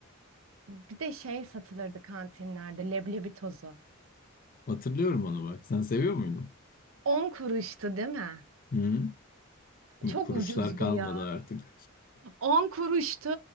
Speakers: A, on the right; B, on the left.
A: Bir de şey satılırdı kantinlerde leblebi tozu.
B: Hatırlıyorum onu bak. Sen seviyor muydun?
A: On kuruştu değil mi?
B: Hı?
A: Çok
B: Kuruşlar
A: ucuzdu
B: kalmadı
A: ya.
B: artık.
A: 10 kuruştu